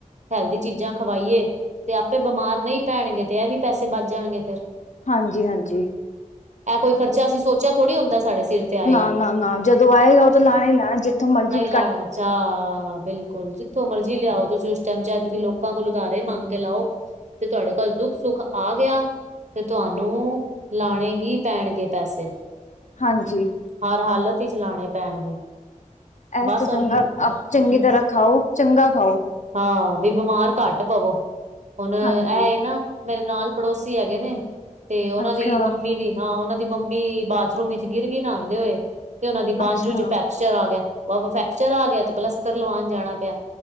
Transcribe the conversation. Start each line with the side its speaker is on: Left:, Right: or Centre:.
Right: ਹੈਲਦੀ ਚੀਜ਼ਾਂ ਖਵਾਈਏ ਤੇ ਆਪੇ ਬਿਮਾਰ ਨਹੀਂ ਪੈਣਗੇ ਤੇ ਇਹ ਵੀ ਪੈਸੇ ਬਚ ਜਾਣਗੇ ਫਿਰ
Left: ਹਾਂਜੀ ਹਾਂਜੀ
Right: ਕੋਈ ਖਰਚਾ ਅਸੀਂ ਸੋਚਿਆ ਥੋੜ੍ਹੀ ਹੁੰਦਾ ਸਾਡੇ ਸਿਰ ਤੇ ਆਏਗਾ
Left: ਨਾ ਨਾ ਨਾ ਜਦੋਂ ਆਏਗਾ ਉਹ ਤਾਂ ਲੈਣਾ ਹੀ ਲੈਣਾ ਜਿੱਥੋਂ ਮਰਜੀ
Right: <unintelligible> ਚਾ ਹਾਂ ਬਿਲਕੁਲ ਜਿੱਥੋਂ ਮਰਜ਼ੀ ਲਿਆਓ ਤੁਸੀਂ ਉਸ ਟਾਈਮ ਚਾਹੇ ਤੁਸੀਂ ਲੋਕਾਂ ਕੋਲ ਉਦਾਰੇ ਮੰਗ ਕੇ ਲਾਓ ਤੇ ਤੁਹਾਡੇ ਕੋਲ ਦੁੱਖ ਸੁੱਖ ਆ ਗਿਆ ਤੇ ਤੁਹਾਨੂੰ ਲਾਣੇ ਹੀ ਪੈਣਗੇ ਪੈਸੇ
Left: ਹਾਂਜੀ
Right: ਹਰ ਹਾਲਤ ਹੀ ਚਲਾਉਣੇ ਪੈਣਗੇ
Left: ਐਸ
Right: ਬਸ
Left: ਤੋਂ ਚੰਗਾ
Right: ਹੁਣ
Left: ਚੰਗੀ ਤਰ੍ਹਾਂ ਖਾਓ ਚੰਗਾ ਖਾਓ
Right: ਹਾਂ ਬਿਮਾਰ ਘੱਟ ਪਵੋ ਹੁਣ ਇਹ
Left: ਹਾਂਜੀ
Right: ਨਾ ਮੇਰੇ ਨਾਲ ਪੜੋਸੀ ਹੈਗੇ ਨੇ ਤੇ ਉਹਨਾਂ
Left: ਅੱਛਾ,
Right: ਦੀ ਮੰਮੀ ਦੀ ਹਾਂ ਉਹਨਾਂ ਦੀ ਮੰਮੀ ਬਾਥਰੂਮ ਵਿੱਚ ਗਿਰ ਨਾ ਆਉਂਦੇ ਹੋਏ ਤੇ ਉਹਨਾਂ ਦੀ ਬਾਂਝੂ
Left: ਅੱਛਾ
Right: ਚ ਫੈਕਚਰ ਆ ਗਿਆ ਫੈਕਚਰ ਆ ਗਿਆ ਤੇ ਪਲਸਤਰ ਲਵਾਉਣ ਜਾਣਾ ਪਿਆ